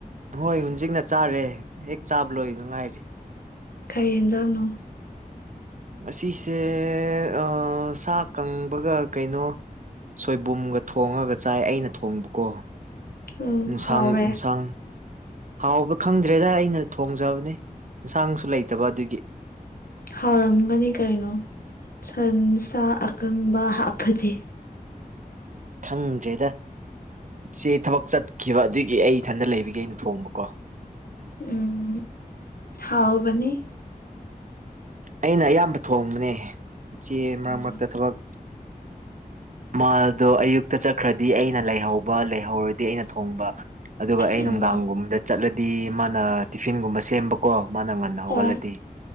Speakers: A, on the right; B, on the left.
A: ꯍꯣꯏ ꯍꯨꯖꯤꯛꯅ ꯆꯥꯔꯦ ꯍꯦꯛ ꯆꯥꯕ ꯂꯣꯏꯕꯗ ꯉꯥꯏꯔꯦ
B: ꯀꯩ ꯍꯦꯟꯖꯥꯡꯅꯣ
A: ꯑꯁꯤꯁꯦ ꯑꯥ ꯁꯥ ꯀꯪꯕꯒ ꯀꯩꯅꯣ ꯁꯣꯏꯕꯨꯝꯒ ꯊꯣꯡꯉꯒ ꯆꯥꯏ ꯑꯩꯅ ꯊꯣꯡꯕꯀꯣ
B: ꯎꯝ
A: ꯏꯟꯁꯥꯡ
B: ꯍꯥꯎꯔꯦ
A: ꯏꯟꯁꯥꯡ ꯍꯥꯎꯕ ꯈꯪꯗ꯭ꯔꯦꯗ ꯑꯩꯅ ꯊꯣꯡꯖꯕꯅꯦ ꯏꯟꯁꯥꯡꯁꯨ ꯂꯩꯇꯕ ꯑꯗꯨꯒꯤ
B: ꯍꯥꯎꯔꯝꯒꯅꯤ ꯀꯩꯅꯣ ꯁꯟꯁꯥ ꯑꯀꯪꯕ ꯍꯥꯞꯄꯗꯤ
A: ꯈꯪꯗ꯭ꯔꯦꯗ ꯏꯆꯦ ꯊꯕꯛ ꯆꯠꯈꯤꯕ ꯑꯗꯨꯒꯤ ꯑꯩ ꯏꯊꯟꯗ ꯂꯩꯕꯒꯦ ꯑꯩꯅ ꯊꯣꯡꯕꯀꯣ
B: ꯎꯝ ꯍꯥꯎꯕꯅꯦ
A: ꯑꯩꯅ ꯑꯌꯥꯝꯕ ꯊꯣꯡꯕꯅꯦ ꯏꯆꯦ ꯃꯔꯛ
B: ꯎꯝ
A: ꯃꯔꯛꯇ ꯊꯕꯛ ꯃꯥꯗꯣ ꯑꯌꯨꯛꯇ ꯆꯠꯈ꯭ꯔꯗꯤ ꯑꯩꯅ ꯂꯩꯍꯧꯕ ꯂꯩꯍꯧꯔꯗꯤ ꯑꯩꯅ ꯊꯣꯡꯕ ꯑꯗꯨꯒ ꯑꯩ
B: ꯎꯝ
A: ꯅꯨꯡꯗꯥꯡꯒꯨꯝꯕꯗ ꯆꯠꯂꯗꯤ ꯃꯥꯅ ꯇꯤꯐꯤꯟꯒꯨꯝꯕ ꯁꯦꯝꯕ ꯀꯣ ꯃꯥꯅ ꯉꯟꯅ ꯍꯧꯒꯠꯂꯗꯤ
B: ꯍꯣꯏ